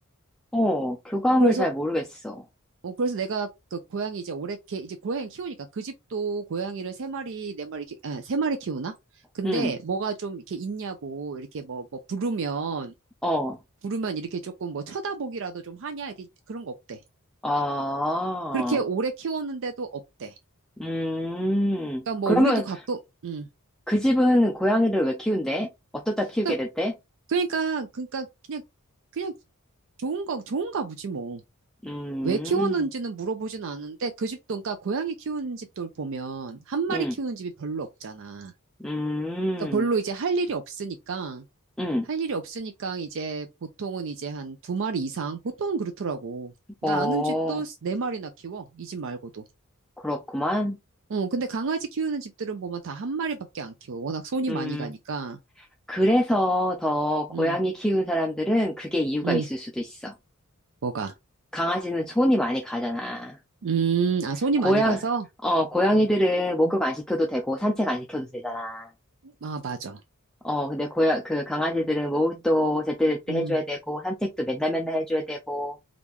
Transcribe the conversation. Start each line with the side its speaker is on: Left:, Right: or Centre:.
Centre: 어, 교감을
Right: 그래서
Centre: 잘 모르겠어.
Right: 어 그래서 내가 그 고양이 이제 오래 개 이제 고양이 키우니까 그 집도 고양이를 세 마리 네 마리 이렇게 아, 세 마리 키우나? 근데
Centre: 응,
Right: 뭐가 좀 이렇게 있냐고 이렇게 뭐 뭐 부르면
Centre: 어,
Right: 부르면 이렇게 조금 뭐 쳐다보기라도 좀 하냐 이렇게 그런 거 없대.
Centre: 아,
Right: 그렇게 오래 키웠는데도 없대.
Centre: 음,
Right: 그러니까 뭐
Centre: 그러면
Right: 우리도 가끔 음.
Centre: 그 집은 고양이를 왜 키운대? 어떻다 키우게
Right: 그러니까
Centre: 됐대?
Right: 그러니까 그러니까 그냥 그냥 좋은 거 좋은가 보지 뭐.
Centre: 음,
Right: 왜 키워놓는지는 물어보진 않은데 그 집도 그러니까 고양이 키우는 집들 보면 한 마리
Centre: 응,
Right: 키우는 집이 별로 없잖아.
Centre: 음,
Right: 그러니까 별로 이제 할 일이 없으니까
Centre: 응,
Right: 할 일이 없으니까 이제 보통은 이제 한 두 마리 이상 보통은 그렇더라고. 나
Centre: 어,
Right: 아는 집도 네 마리나 키워 이 집 말고도.
Centre: 그렇구만.
Right: 어 근데 강아지 키우는 집들은 보면 다 한 마리밖에 안 키워. 워낙 손이
Centre: 음.
Right: 많이 가니까.
Centre: 그래서 더 고양이
Right: 음
Centre: 키우는 사람들은 그게 이유가
Right: 음
Centre: 있을 수도 있어.
Right: 뭐가.
Centre: 강아지는 손이 많이 가잖아.
Right: 음, 아, 손이
Centre: 고양,
Right: 많이 가서?
Centre: 어, 고양이들은
Right: 음,
Centre: 목욕 안 시켜도 되고 산책 안 시켜도 되잖아.
Right: 아, 맞아.
Centre: 어, 근데 고양, 그 강아지들은 목욕도 제때제때
Right: 음,
Centre: 해줘야 되고 산책도 맨날 맨날 해줘야 되고